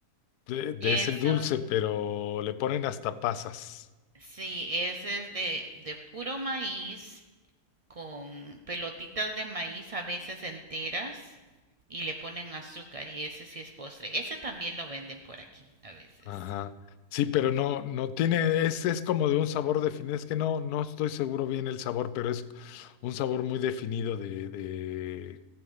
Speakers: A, on the left; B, on the right.
A: De, de
B: Eso,
A: ese dulce, pero le ponen hasta pasas.
B: sí, ese es de, de puro maíz, con pelotitas de maíz a veces enteras y le ponen azúcar y ese sí es postre. Ese también lo venden por aquí a veces.
A: Ajá. Sí, pero no, no tiene, es, es como de un sabor definido. Es que no, no estoy seguro bien el sabor, pero es un sabor muy definido de, de,